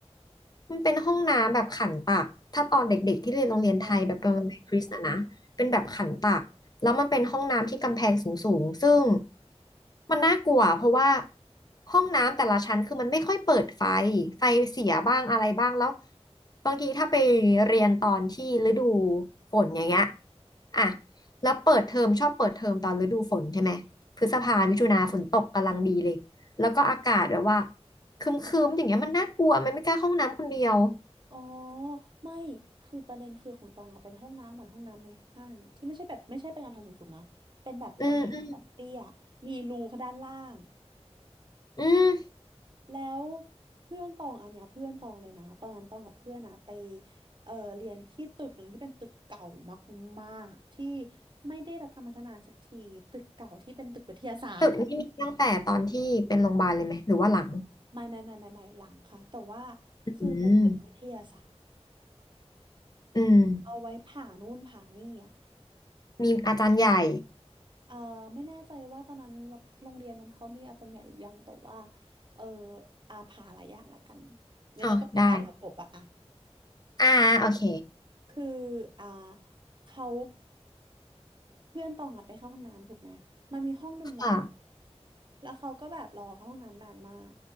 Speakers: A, on the left (about 35°); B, on the right (about 45°).
A: มันเป็นห้องน้ำแบบขันตัก ถ้าตอนเด็กๆที่เรียนโรงเรียนไทยแบบเป็นโรงเรียนคริสต์นะนะเป็นแบบขันตัก
B: อ๋อ
A: แล้วมันเป็นห้องน้ำที่กำแพงสูงๆซึ่งมันน่ากลัวเพราะว่าห้องน้ำแต่ละชั้นคือมันไม่ค่อยเปิดไฟ ไฟเสียบ้างอะไรบ้างแล้วบางทีถ้าไปเรียนตอนที่ฤดูฝนอย่างเงี้ยอ่ะแล้วเปิดเทอมชอบเปิดเทอมตอนฤดูฝนใช่ไหมพฤษภามิถุนาฝนตกกำลังดีเลยแล้วก็อากาศแบบว่า คึมคึมอย่างเงี้ยมันน่ากลัวมันไม่กล้าเข้าห้องน้ำคนเดียว
B: อ๋อไม่คือประเด็นคือของตองอะเป็นห้องน้ำเหมือนห้องน้ำในห้างอะที่ไม่ใช่แบบไม่ใช่เป็นกำแพงสูงๆนะเป็นแบบกำแพงแบบเตี้ยมีรูข้างด้านล่าง
A: อืมอืมอืม
B: แล้วเพื่อนตองอันเนี้ยเพื่อนตองเลยนะตอนนั้นตองกับเพื่อนอะไปเออเรียนที่ตึกหนึ่งที่เป็นตึกเก่ามากๆที่ไม่ได้รับการพัฒนาสักทีตึกเก่าที่เป็นตึกวิทยาศาสตร์
A: ตึกนี่มีตั้งแต่ตอนที่เป็นโรงพยาบาลเลยไหมหรือว่าหลัง
B: ไม่ไม่ไม่ไม่ไม่หลังค่ะแต่ว่าคือเป็นตึกวิทยาศาสตร์
A: อืมอืม
B: เอาไว้ผ่านู่นผ่านี่อะ
A: มีอาจารย์ใหญ่
B: เออไม่แน่ใจว่าตอนนั้นวัดโรงเรียนนั้นเขามีอาจารย์ใหญ่หรือยัง แต่ว่าเอออาผาหลายอย่างละกันงั้นเราก็ปลาปลาผากบอะอะ
A: อ๋อได้อ่าโอเค
B: คืออ่าเขา เพื่อนตองอะไปเข้าห้องน้ำถูกไหมมันมีห้องหนึ่งล็อก
A: ค่ะ
B: แล้วเขาก็แบบรอเข้าห้องน้ำนานมาก